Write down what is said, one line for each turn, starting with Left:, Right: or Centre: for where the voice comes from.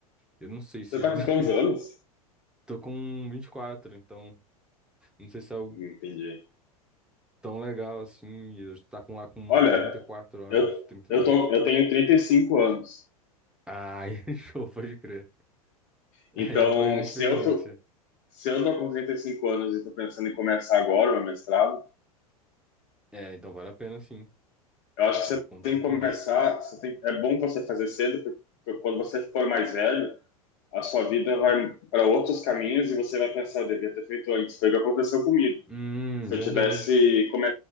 Centre: Eu não sei
Left: Você
Centre: se...
Left: está com
Centre: <laughs>
Left: quantos anos?
Centre: Tô com 24, então não sei se é algo
Left: Não Entendi.
Centre: tão legal assim, e eu tá com lá com
Left: Olha,
Centre: 34 anos,
Left: eu,
Centre: trinta
Left: eu
Centre: e dois
Left: tô, eu tenho 35 anos.
Centre: Ai, <laughs> show, pode crer.
Left: Então,
Centre: Aí é a voz da experiência.
Left: se eu, tô- se eu tô com 35 anos e estou pensando em começar agora o meu mestrado,
Centre: É, então vale a pena sim,
Left: eu acho que
Centre: com
Left: você
Centre: com
Left: tem
Centre: toda certeza.
Left: que começar, Você tem, é bom você fazer cedo, porque quando você for mais velho, a sua vida vai para outros caminhos e você vai pensar, eu devia ter feito antes. Foi o que aconteceu comigo.
Centre: Hum,
Left: Se
Centre: verdade.
Left: eu tivesse, come,